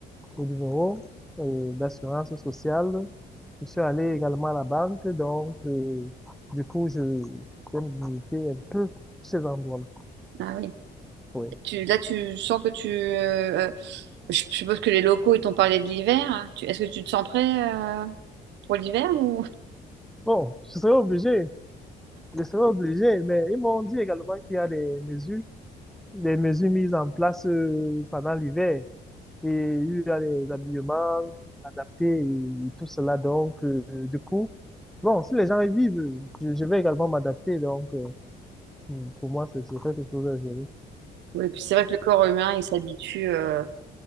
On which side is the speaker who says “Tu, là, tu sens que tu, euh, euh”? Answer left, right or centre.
Right